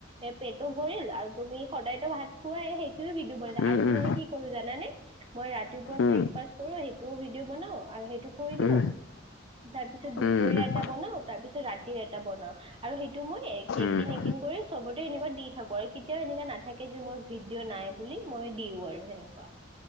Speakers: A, on the right (about 30°); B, on the left (about 80°).
A: এ পেটো ভৰিল আৰু তুমি সদায়তো ভাত খোৱাই,। সেইটোয়ে ভিডিঅ বনাই
B: উম
A: আৰু
B: উম
A: মই কি কৰোঁ জানা নে, মই ৰাতিৱা বব্ৰেকফাষ্ট
B: উম
A: কৰোঁ, সেইটো ভিডিঅ' বনাও আৰু সেইটো থৈ দিওঁ
B: উম
A: তাৰপিছ দুপৰীয়া
B: উম উম
A: এটা বনাও তাৰপিছত ৰাতি এটা বনাও, আৰু সেইটো মই একদিন
B: উম
A: একদিন কৰি চবতে এনেকুৱা দি থাকো আৰু কেতিয়াও এনেকা নাথাকে যে, মোৰ ভিডিঅ' নাই বুলি মই দিও আৰু সেনেকুৱা।